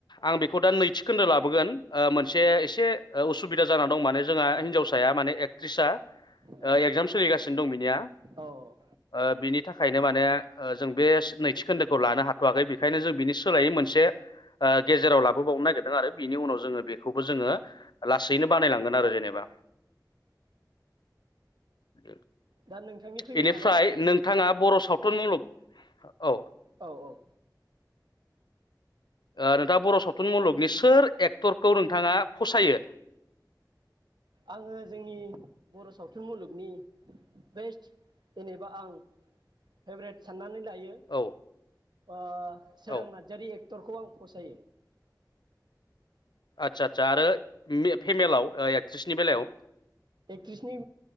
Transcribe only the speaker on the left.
आं बेखौ दा नैथिखोन्दो लाबोगोन ओ मोनसे एसे ओ उसुबिदा जानानै दं मान जोंहा हिनजाव फिसाया माने एकट्रिसा
एगजाम सोलिगासिनो दं बिनिया ओ
बिनि थाखायनो माने जों बे नैथिखोन्दोखौ लानो हाथ'वाखै बेखायनो जों बिनि सोलायै मोनसे ओ गेजेराव लाबोबावनो नागिरदों आरो बिनि उनाव जोङो बेखौबो जोङो लासैनो बानायलांगोन आरो जेनेबा <unintelligible>
बेनिफ्राय
नोंथाङा बर' सावथुन मुलुग औ
ओ नोंथाङा बर' सावथुन मुलुगनि सोर एक्टरखौ नोंथाङा फसायो
औ
औ
आदसा आदसा आरो फेमेलाव ओ एक्ट्रिसनि बेलायाव